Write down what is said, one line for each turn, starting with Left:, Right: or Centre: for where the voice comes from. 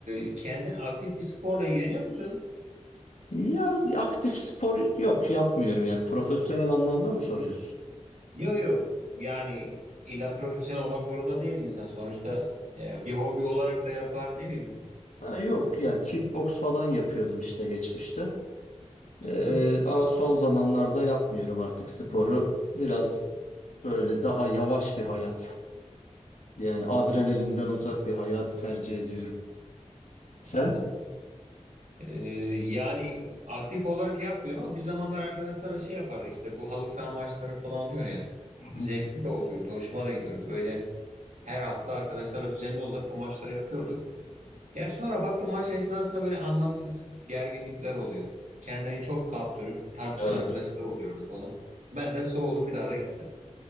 Right: e, kendin aktif bir sporla ilgileniyor musun?
Left: Ya aktif spor yok yapmıyorum yani profesyonel anlamda mı soruyorsun?
Right: Yok yok. Yani illa profesyonel olmak zorunda değil insan. Sonuçta e, bir hobi olarak da yapar ne bileyim.
Left: Ha, yok yani kickbox falan yapıyordum işte geçmişte.
Right: Hı-hı.
Left: Ee, ama son zamanlarda yapmıyorum artık sporu. Biraz böyle daha yavaş bir hayat. Yani adrenalinden uzak bir hayatı tercih ediyorum.
Right: Anladım.
Left: Sen?
Right: E, yani aktif olarak yapmıyorum ama bir zamanlar arkadaşlara şey yapardık işte bu halı saha maçları falan oluyor ya.
Left: Hı
Right: Zevkli
Left: hı.
Right: de oluyordu. Hoşuma da gidiyordu. Böyle her hafta arkadaşlara düzenli olarak o maçları yapıyorduk. Ya sonra baktım maç esnasında böyle anlamsız gerginlikler oluyor. Kendini çok kaptırıp tartışan
Left: Evet.
Right: arkadaşlar oluyordu falan. Ben de soğudum bir daha da gitmedim.